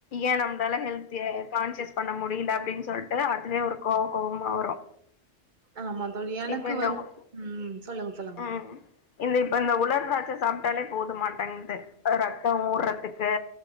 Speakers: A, on the left (about 55°); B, on the right (about 45°).
A: ஏன் நம்மளால ஹெல்தியா கான்சியஸ் பண்ண முடில அப்படின்னு சொல்ட்டு அதுவே ஒரு கோவ கோவமா வரு
B: ஆமா தோழி எனக்கு
A: இப்ப இந்த
B: வந் ம் சொல்லுங்க, சொல்லுங்க.
A: ம் இந்த இப் இப்ப இந்த உலர் திராட்ச சாப்பிட்டாலே போதுமா டென்டு ரத்தோ ஊர்ரதுக்கு